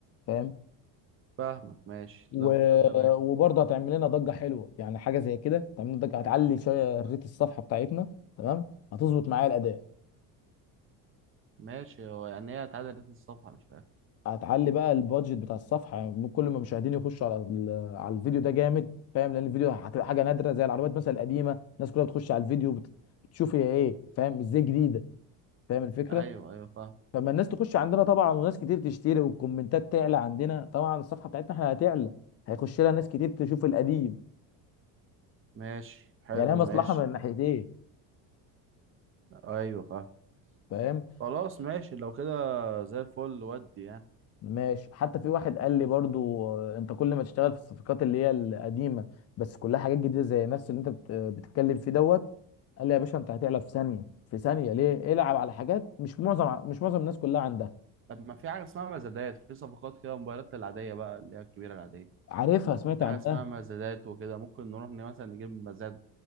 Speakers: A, on the left; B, on the right.
A: فاهم
B: فاهمك ماشي
A: و...
B: لو كده تمام
A: وبرضه هتعمل لنا ضجه حلوه يعني حاجه زي كده تعمل لنا ضجه هتعلي شويه ريت الصفحه بتاعتنا تمام هتظبط معايا الاداء
B: ماشي هو يعني هي اتعدلت الصفحة مش فاهم
A: هتعلي بقى البادجت بتاع الصفحه يعني مو- كل ما المشاهدين يخشوا على ال- على الفيديو ده جامد فاهم لان الفيديو هتبقى حاجه نادره زي العربيات مثلا القديمه الناس كلها بتخش على الفيديو بت- بتشوف هي ايه فاهم ازاي جديده فاهم الفكره
B: ايوه ايوه فاهم
A: فما الناس تخش عندنا طبعا وناس كتير تشتري والكومنتات تعلى عندنا طبعا الصفحه بتاعتنا احنا هتعلى هيخش لها ناس كتير تشوف القديم
B: ماشي حلو
A: يعني هي مصلحه
B: ماشي
A: من الناحيتين
B: ايوه فاهم
A: فاهم
B: خلاص ماشي لو كده زي الفل ودي يعني
A: ماشي حتى في واحد قال لي برضو آه، انت كل ما تشتغل في الصفقات اللي هي القديمه بس كلها حاجات جديده زي نفس اللي انت بت- بتتكلم فيه دوت قال لي يا باشا انت هتعلى في ثانيه في ثانيه ليه العب على حاجات مش معظم مش معظم الناس كلها عندها
B: طب ما في حاجه اسمها مزادات في صفقات كده موبايلات العاديه بقى اللي هي الكبيره العاديه
A: عارفها سمعت
B: في
A: عنها
B: حاجه اسمها مزادات وكده ممكن نروح ن- مثلا نجيب مزاد